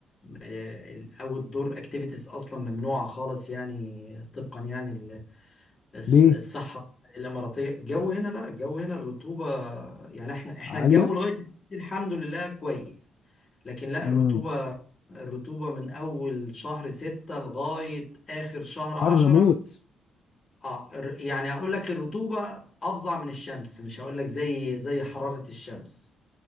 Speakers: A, on the left; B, on the left.
A: آه، أو الدور أكتيفيتيز أصلا ممنوعة خالص يعني طبقا يعني الص-
B: ليه
A: الصحراء الاماراتيه الجو هنا لا الجو هنا الرطوبه يعني احنا احنا
B: عاليه
A: الجو لغايه دلوقتي الحمد لله كويس لكن لا
B: امم
A: الرطوبه الرطوبه من اول شهر ستة لغايه اخر شهر
B: حر
A: عشرة
B: موت
A: اه الر- يعني اقول لك الرطوبه افظع من الشمس مش هقول لك زي زي حراره الشمس